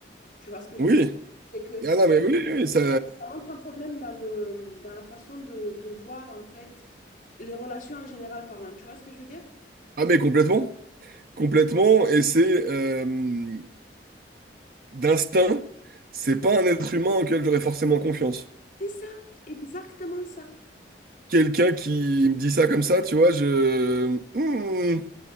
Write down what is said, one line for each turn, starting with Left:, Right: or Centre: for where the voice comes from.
Left: Tu vois ce que je
Right: Oui,
Left: veux dire? C'est que
Right: ah non mais oui, oui, ça...
Left: ça ça montre un problème dans le, dans la façon de, de voir en fait les relations en général parlant. Tu vois ce que je veux dire?
Right: Ah mais complètement. Complètement, et c'est euh, d'instinct, c'est pas un être humain auquel j'aurais forcément confiance.
Left: C'est ça, exactement ça.
Right: Quelqu'un qui me dit ça comme ça, tu vois, je... Hmm,